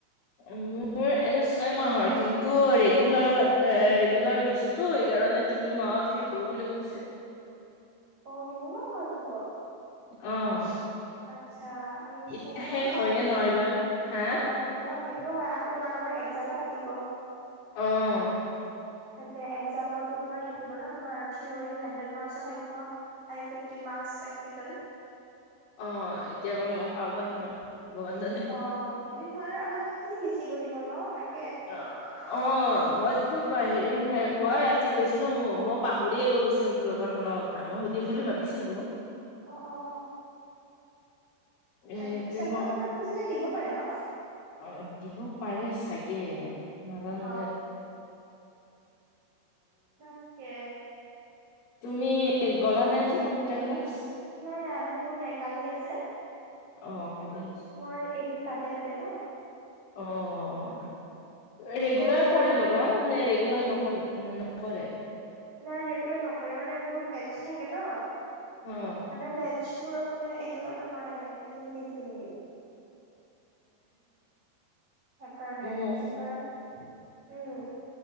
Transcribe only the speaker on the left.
মোৰ এনে ছয় মাহৰ, কিন্তু ৰেগুলাৰ এ ৰেগুলাৰ লৈছোঁ। টো সেইকাৰণে তিনি মাহত শেষ হ'ব বুলি কৈছে।
অ'।
এতিয়া
শেষ
হয় নে নহয় বা হা
অঁ'।
অ', এতিয়া বাৰু মই পাওঁ বা কিমান ভগৱান জানে।
অ'। অ', মইটো হেৰিম মই আজি গৈছিলো ম' মই পাহৰিয়ে গ'লো চ বাৰখনৰ কথা, মই সুধিম বুলি ভাবিছিলো।
এ
যে
মই
অ', দিব পাৰে চাগে কাৰণ
তুমি গ'লা নে আজি কম্পিউটাৰ ক্লাছ?
অ', ভালেই
অ', ৰেগুলাৰ
কৰি ল'বা, নে ৰেগুলাৰ নকৰা নকৰে।
অ'।
অ